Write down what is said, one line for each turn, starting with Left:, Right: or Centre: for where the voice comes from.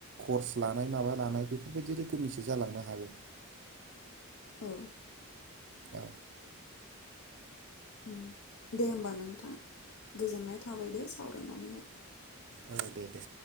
Right: कर्स लानाय माबा लानाय बेफोरबायदि रोखोमनिसो जालांनो हागौ
Left: औ
Right: औ
Left: उम दे होमबा नोंथां गोजोननाय थाबाय दे सावरायनानैहाय
Right: औ दे दे